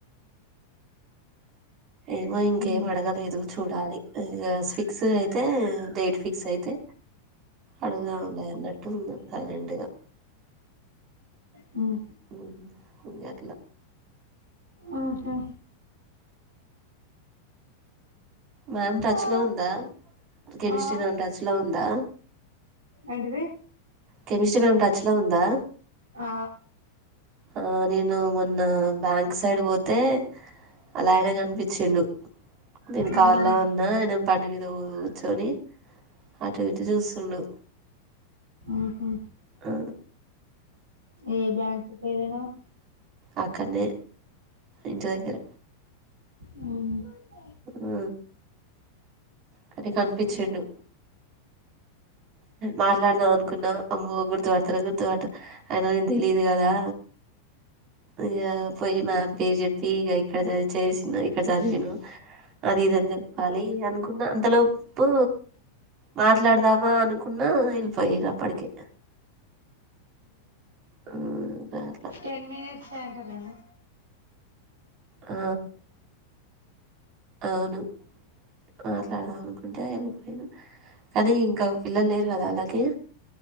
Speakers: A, on the right (about 35°); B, on the right (about 75°).
A: ఏమో ఇంకేం
B: ఉమ్.
A: అడగలేదు చూడాలి ఇగా స్వి ఫిక్స్ అయితే డేట్ ఫిక్స్ అయితే అడుగుదాం లే అన్నట్టు ఉన్న సైలెంట్గా
B: మ్మ్
A: ఉంది ఆ పిల్ల
B: ఆహా
A: మ్యామ్ టచ్
B: ఆ.
A: లో ఉందా కెమిస్ట్రీ
B: ఆ.
A: నామ్ టచ్ లో ద
B: ఏంటిది
A: కెమిస్ట్రీ మ్యామ్ టచ్ లో ఉందా
B: ఆ
A: ఆ నేను మొన్న బ్యాంక్ సైడ్ పోతే వాళ్ళ ఆయన కనిపించిండు నేను కార్లో
B: ఉమ్.
A: ఉన్నా ఆయన బండి మీద కూర్చొని అటు ఇటు చూస్తుండు
B: ఉహు.
A: ఆ
B: ఏ బ్యాంక్ కెళ్ళినవ్
A: అక్కనే ఇంటి దగ్గర
B: అవున
A: ఆ కానీ కనిపించిండు మాట్లాడదాం అనుకున్నా అమ్మో గుర్తుపడతారు గుర్తుపడత అయన నేను తెలిదు కదా ఇగ పోయి మ్యామ్ పేరు చెప్పి ఇక ఇక్కడది చేసిన ఇక్కడ చదివాను అది ఇది అని చెప్పాలి కున్న అంతలోపు మాట్లాడదాం మ అనుకున్నా ఆయన పొయ్యిరు అప్పటికి మ్మ్ <unintelligible>
B: టెన్ మినిట్స్ అంటరు కదా
A: ఆ అవును మాట్లాడదాం అనుకుంటే వెళిపోయిను, కానీ ఇంకా పిల్లలు లేరు కదా ఆళ్లకి